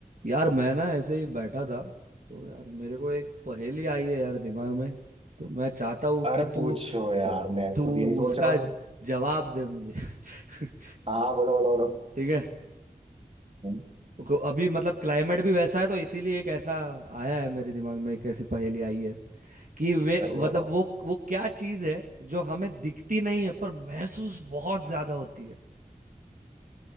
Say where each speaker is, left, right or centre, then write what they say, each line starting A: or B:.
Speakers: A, on the right; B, on the right.
A: यार मैं ना ऐसे ही बैठा था तो यार मेरे को एक पहेली आई है यार दिमाग में तो मैं चाहता हूँ
B: अरे
A: कि तू
B: पूछो यार मैं
A: तू
B: खुद यही सोच
A: उसका
B: रहा हूँ
A: जवाब दे मुझे <laughs>
B: हाँ बोलो बोलो बोलो
A: ठीक है
B: हम्म,
A: को- अभी मतलब क्लाइमेट भी वैसा है तो इसीलिए एक ऐसा आया है मेरे दिमाग में एक ऐसी पहेली आई है कि वे
B: सही
A: मतलब
B: तो बताओ
A: वो वो क्या चीज है जो हमें दिखती नहीं है पर महसूस बहुत ज्यादा होती है